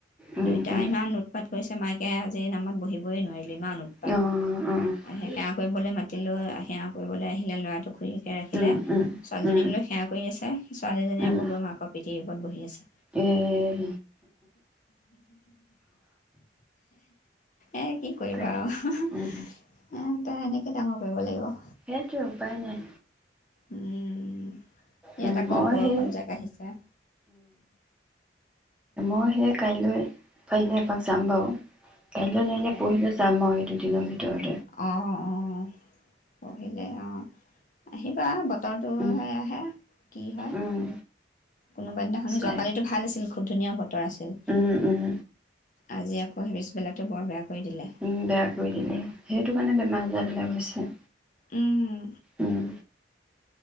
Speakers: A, in the centre; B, on the left.
A: উম,
B: দুইটাই
A: উম,
B: ইমান উটপাত কৰিছে। মাকে আজি নামত বহিবই নোৱাৰিলে।
A: অ--অ।
B: ইমান উৎপাত সেৱা কৰিবলৈ মাতিলৈ সেৱা কৰিবলৈ আহিলে ল'ৰাটো খুৰীয়কে ৰাখিলে
A: উম, উম,
B: ছোৱালীজনীক
A: উম,
B: লৈ সেৱা। কৰি আছে ছোৱালীজনী
A: উম,
B: আকৌ গৈ মাকৰ পিঠিৰ ওপৰত বহি আছে
A: এই
B: এ কি কৰিবা
A: তাকে
B: আৰু
A: উম,
B: ও তাই এনেকেই ডাঙৰ কৰিব লাগিব।
A: সেইটোবে উপায় নাই।
B: উম',। ইয়াত
A: উম,
B: আকৌ
A: মই
B: বৰষুণ
A: সেই
B: জাক আহিছে।
A: মইহে কাইলৈ পাৰিলে এপাক যাম বাৰু কাইলৈ নোৱাৰিলে পৰহিলে যাম যাম আৰু। দিনৰ ভিতৰত
B: অহ--অহ পঢ়িলে, অ আহিবা। বতৰটোে
A: উম,
B: আহে কি হয়।
A: উম,
B: কোনোবা দিনাখনো,
A: চাই
B: যোৱাকলিটো ভাল আছিল। খুব ধুনীয়া বতৰ আছিল।
A: উম--উম।
B: আজি আকৌ হেফচবেলাটো বৰ বেয়া কৰি দিলে <unintelligible>
A: উম বেয়া কৰি দিলে, সেইটো কাৰণে বেমাৰ আজাৰ বিলাক হৈছে।
B: উম।
A: উম,